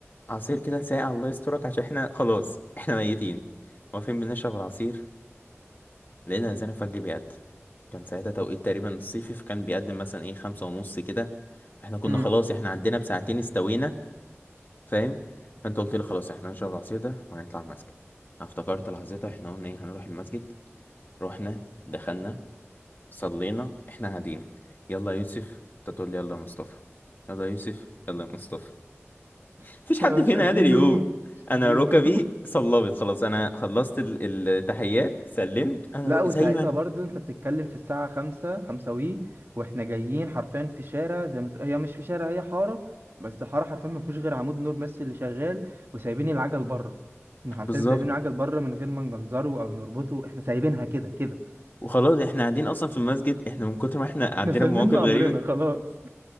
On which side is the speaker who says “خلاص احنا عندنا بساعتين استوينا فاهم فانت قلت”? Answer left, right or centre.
Left